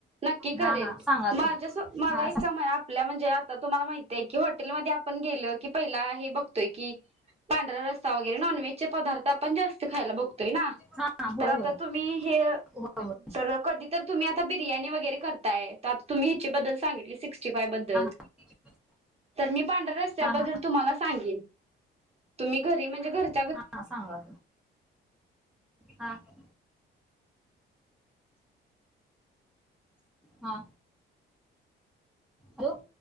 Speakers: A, on the right (about 30°); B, in the centre.
A: नक्की करेन,
B: हा हा सांगा
A: माझस
B: की
A: मला
B: हा
A: एक कमळा. आपल्या म्हणजे आता तुम्हाला माहितय की हॉटेलमध्ये आपण गेल की पहिला हे बघतोय की. पांढरा रसा वगैरे, नॉन व्हेजचे पदार्थ आपण जास्त खायला बघतोय ना,
B: हा होय
A: तर आता
B: होय
A: तुम्ही हे
B: होय होय
A: सर कधी तर तुम्ही आता बिर्याणी वगैरे करताय, तर आ तुम्ही ह्याचा बद्दल सांगितले सिक्सटी फाय बद्दल.
B: <unintelligible>
A: तर मी पांढऱ्या रस्त्याबद्दल
B: हा हा
A: तुम्हाला सांगेन, तुम्ही घरी म्हणजे घर
B: हा सांगा, हा <unintelligible> हा, हॅलो.